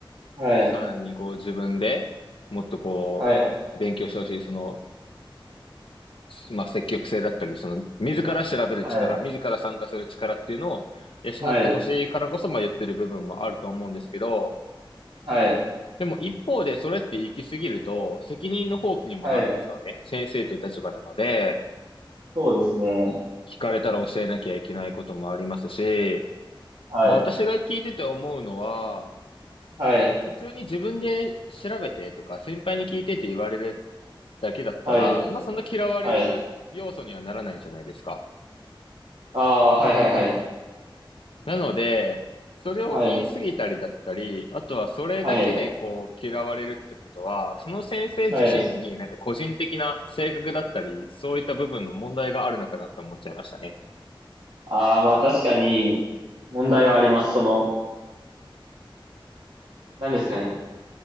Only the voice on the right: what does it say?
はい。
はい。
はい。
はい。
はい。
はい。
そうですね。
はい。
はい。
はい。
はい。ああ、はいはいはい。
はい。
はい。
はい。。
ああ、まあ確かに問題はあります。その、何ですかね。